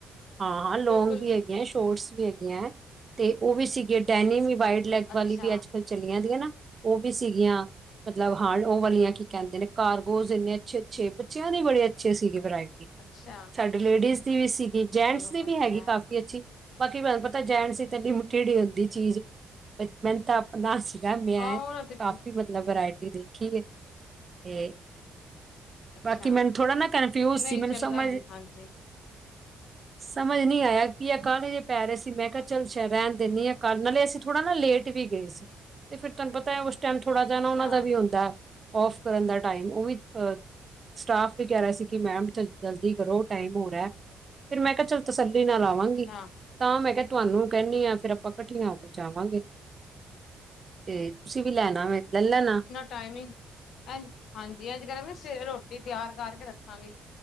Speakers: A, on the right; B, on the left.
A: ਹਾਂ-ਹਾਂ ਲੋਂਂਗ
B: ਬਿਲਕੁਲ
A: ਵੀ ਹੈਗੇ ਹੈ, ਸ਼ੋਰਟਸ ਵੀ ਹੈਗੀਆਂ ਹੈ, ਤੇ ਉਹ ਵੀ ਸੀਗੇ ਡੈਨੀ ਵੀ ਵਾਈਡ ਲੈਗ
B: ਅੱਛਾ
A: ਵਾਲੀ ਵੀ ਅੱਜ-ਕੱਲ੍ਹ ਚਲੀਆਂ ਦੀਆਂ ਨਾ ਉਹ ਵੀ ਸੀਗੀਆਂ। ਮਤਲਬ, ਹਾਂ ਉਹ ਵਾਲੀਆਂ ਕੀ ਕਹਿੰਦੇ ਨੇ ਕਾਰਗੋਜ ਇੰਨੇ ਅੱਛੇ-ਅੱਛੇ ਬੱਚਿਆਂ ਦੇ ਬੜੇ ਅੱਛੇ ਸੀਗੇ ਵਰਾਇਟੀ।
B: ਅੱਛਾ,
A: ਸਾਡੇ ਲੇਡੀਜ਼ ਦੀ ਵੀ ਸੀਗੀ, ਜੈਂਟਸ
B: ਚਲੋ
A: ਦੀ
B: ਵਧੀਆ
A: ਵੀ ਹੈਗੀ ਕਾਫੀ
B: ਹੈ
A: ਅੱਛੀ, ਬਾਕੀ ਮੈਨੂੰ, ਪਤਾ ਜੇਣਸ ਦੀ ਤਾ ਮੁਠੀੜੀ ਹੁੰਦੀ ਚੀਜ਼ ਮੈਨੂੰ ਤਾਂ ਆਪਣਾ ਸੀਗਾ, ਮੈਂ
B: ਹਾਂ ਉਹਨਾਂ ਤੇ
A: ਕਾਫ਼ੀ ਮਤਲਬ ਵਰਾਇਟੀ ਦੇਖੀ ਹੈ ਤੇ।
B: ਅੱਛਾ
A: ਬਾਕੀ ਮੈਨੂੰ ਥੋੜਾ ਨਾ ਕੰਫਿਊਜ ਸੀ,
B: ਨਹੀਂ
A: ਮੈਨੂੰ
B: ਚੱਲਾਂਗੀ
A: ਸਮਝ
B: ਹਾਂਜੀ,
A: ਸਮਝ ਨੀ ਆਇਆ ਕੀ, ਆ ਕੱਲ੍ਹ ਜੇ ਪੈ ਰਹੇ ਸੀ ਮੈਂ ਕਿਹਾ ਚੱਲ ਰਹਿਣ ਦਿੰਦੀ, ਹਾਂ ਕੱਲ੍ਹ ਨਾਲੇ ਅਸੀਂ ਥੋੜ੍ਹਾ ਨਾ ਲੇਟ ਵੀ ਗਏ ਸੀ, ਤੇ ਫਿਰ ਤੁਹਾਨੂੰ ਪਤਾ ਉਸ ਟਾਈਮ ਥੋੜਾ ਜਾਣਾ,
B: ਅੱਛਾ
A: ਉਹਨਾ ਦਾ ਵੀ ਹੁੰਦਾ। ਔਫ ਕਰਨ ਦਾ ਟਾਈਮ ਉਹ ਵੀ, ਸਟਾਫ ਵੀ ਕਹਿ ਰਹੇ ਸੀ, ਕਿ ਮੈਮ ਜਲਦੀ ਕਰੋ ਟਾਈਮ ਹੋ ਰਿਹਾ। ਫਿਰ ਮੈਂ ਕਿਹਾ ਚੱਲ ਤਸੱਲੀ ਨਾਲ ਆਵਾਂਗੀ।
B: ਅੱਛਾ
A: ਤਾਂ ਮੈਂ ਕਿਹਾ ਤੁਹਾਨੂੰ ਕਹਿੰਨੀ ਹਾਂ ਫੇਰ ਆਪਾਂ ਇਕੱਠੀਆਂ ਹੋ ਕੇ ਜਾਵਾਂਗੇ। ਤੇ ਤੁਸੀਂ ਵੀ ਲੈਣਾ ਵੈ ਲੈ ਲੈਣਾਂ,
B: ਟਾਇਮਿੰਗ ਹਾਂਜੀ ਐਜ ਕਰਾ ਸਵੇਰੇ ਰੋਟੀ ਤਿਆਰ ਕਰਕੇ ਰੱਖਾਂਗੇ।